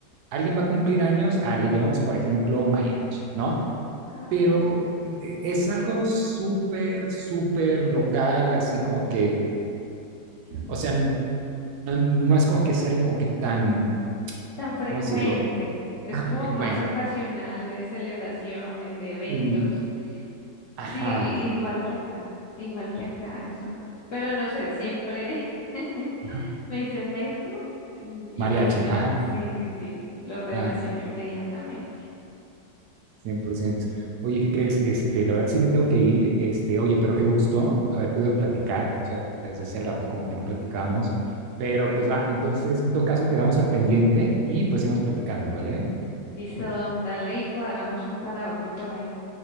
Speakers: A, on the right (about 70°); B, on the left (about 70°).
A: alguien va a cumplir años, ah, le llamamos, por ejemplo, mariachi, ¿no?
B: Ay,
A: Pero
B: no
A: eh, es algo súper, súper local, así como que, o sea, n- no, no es como que sea algo como que tan,
B: tan frecuente.
A: ¿cómo decirlo?
B: Es
A: Tan
B: como
A: frecuente.
B: más ocasional de celebraciones, de eventos.
A: Sí, Ajá,
B: Sí, i- igual que acá, igual que acá, eso. Pero no sé, siempre <laughs>
A: ajá,
B: me dicen México, mm, imagino,
A: mariachi, ajá.
B: sí, sí, sí, lo relaciono
A: ah,
B: inmediatamente.
A: cien por ciento Oye, ¿qué crees? Este, la verdad sí me tengo que ir. Este, oye, pero qué gusto haber podido platicar. O sea, desde hace rato como que no platicamos. Pero pues va, entonces, en todo caso, quedamos al pendiente y pues seguimos platicando, ¿vale?
B: Listo, Dom, dale y cuadramos un karaoke por ahí.